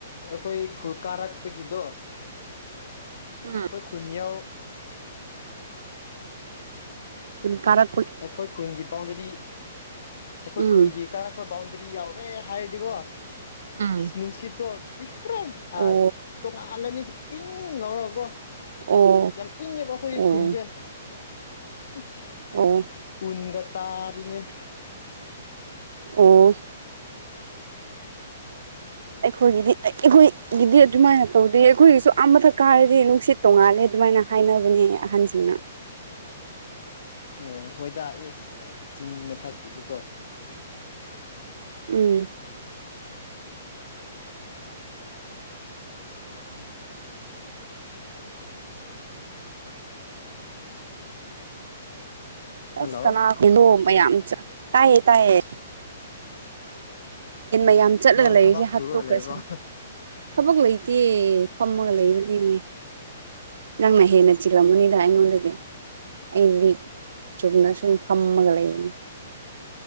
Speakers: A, on the left (about 55°); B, on the right (about 70°).
A: ꯑꯩꯈꯣꯏ ꯈꯨꯜ ꯀꯥꯔꯛꯄꯒꯤꯗꯣ
B: ꯎꯝ
A: ꯑꯩꯈꯣꯏ ꯈꯨꯟꯌꯥꯎ
B: ꯍꯨꯟ ꯀꯔꯛ
A: ꯑꯩꯈꯣꯏ ꯈꯨꯜꯒꯤ ꯕꯥꯎꯟꯗꯔꯤ ꯑꯩꯈꯣꯏ
B: ꯎꯝ
A: ꯈꯨꯜꯒꯤ ꯀꯥꯔꯛꯄ ꯕꯥꯎꯟꯗꯔꯤ ꯭ꯔꯤ ꯌꯥꯎꯔꯦ ꯍꯥꯏꯔꯗꯤꯒꯣ
B: ꯎꯝ
A: ꯅꯨꯡꯁꯤ ꯇ‌ꯣꯟ <unintelligible>
B: ꯑꯣ
A: <unintelligible> ꯇꯣꯂꯅꯤ ꯏꯪ ꯂꯧꯔꯣꯒꯣ
B: ꯑꯣ
A: ꯌꯥꯝ ꯏꯪꯉꯦꯕ ꯑꯩꯈꯣꯏ
B: ꯑꯣ
A: ꯈꯨꯟꯖꯦ <unintelligible>
B: ꯑꯣ
A: <unintelligible> ꯇꯥꯔꯤꯅꯦ
B: ꯑꯣ ꯑꯩꯈꯣꯏꯒꯤꯗꯤ ꯑꯩꯈꯣꯏ ꯒꯤꯗꯤ ꯑꯗꯨꯃꯥꯏꯅ ꯇꯧꯗꯦ ꯑꯩꯈꯣꯏꯒꯤꯁꯨ ꯑꯥ ꯃꯊꯛ ꯀꯥꯏꯔꯗꯤ ꯅꯨꯡꯁꯤꯠ ꯇꯣꯡꯉꯥꯜꯂꯦ ꯑꯗꯨꯃꯥꯏꯅ ꯍꯥꯏꯅꯕꯅꯦ ꯑꯍꯟꯁꯤꯡꯅ
A: ꯎꯝ ꯍꯣꯏꯗꯥ ꯑ‌ꯦ ꯆꯤꯡ ꯃꯊꯛ ꯀꯤꯗꯤꯀ‌ꯣ
B: ꯎꯝ
A: ꯍꯜꯂꯣ
B: ꯑꯁ ꯀꯅꯥꯗꯣ ꯃꯌꯥꯝ ꯇꯥꯏꯌꯦ ꯇꯥꯏꯌꯦ ꯌꯦꯟ ꯃꯌꯥꯝ ꯆꯠꯂꯒ
A: ꯅꯪ
B: ꯂꯩꯔꯤꯁꯦ
A: ꯊꯕꯛ ꯁꯨꯔꯒ
B: ꯍꯥꯠꯇꯣꯛꯈ꯭ꯔꯁꯤ
A: ꯂꯩꯕ꯭ꯔꯣ
B: ꯊꯕꯛ ꯂꯩꯇꯦ ꯐꯝꯃꯒ ꯂꯩꯕꯅꯦꯅꯦ ꯅꯪꯅꯩ ꯍꯦ ꯅꯆꯤꯜꯂꯝ
A: ꯎꯝ
B: ꯒꯅꯤꯗꯥ ꯑꯩꯉꯣꯟꯗꯒꯤ ꯑꯩꯗꯤ ꯆꯨꯝꯅ ꯁꯨꯝ ꯐꯝꯃꯒ ꯂꯩꯅꯤ꯫